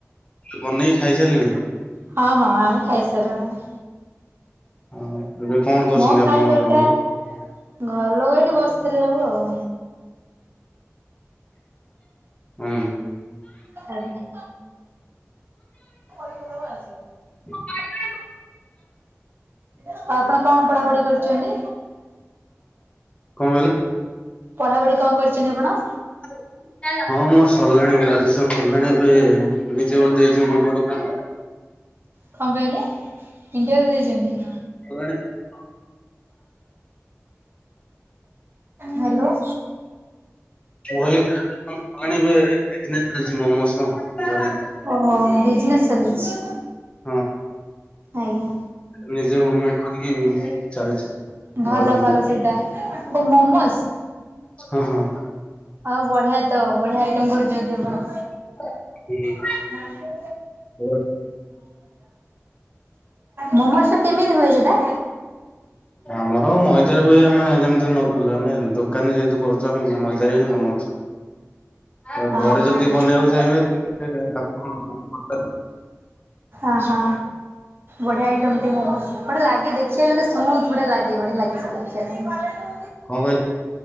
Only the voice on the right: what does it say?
ହଁ ହଁ ଆମେ ଖାଇସାରିଲୁଣି।
ମୋ
ଖାଇବା
ଟା
ଘର ଲୋକ ଏଠି ବସିଥିଲେ ସବୁ ଆଉ
ଆଜ୍ଞା ପରୀକ୍ଷା ଦେବ ଆସିବ
ଆଉ ଆପଣ କଣ ପଢାପଢି କରିଛନ୍ତି
ପଢାପଢି କଣ କରିଛନ୍ତି ଆପଣ?
କଣ କହିଲେ ଇଣ୍ଟରଭି୍ୟୁ ଦେଇଛନ୍ତି
ହ୍ୟାଲୋ
ଓହୋ ବିଜନେସ୍ ଚାଲିଛି
ଆଜ୍ଞା
ଭଲ
ଭଲ ସେଇଟା ଓ ମୋମୋଜ
ହଁ ବଢିଆ ତ ବଢିଆ ଆଇଟମ କରୁଛନ୍ତି ଆପଣ
ହଁ
ମୋମୋଜ ଟା କେମିତି ହୁଏ ସେଟା?
ହଁ
ହଁ
ଓହୋ ବଢିଆ ଆଇଟମ ଟେ ମୋମୋଜ୍ ବଢିଆ ଲାଗେ ଦେଖିବାକୁ ପୁରା ସ୍ମୁଥ ଲାଗେ ବଢିଆ ଲାଗେସେଇଟା ଦେଖିବା ପାଈଁ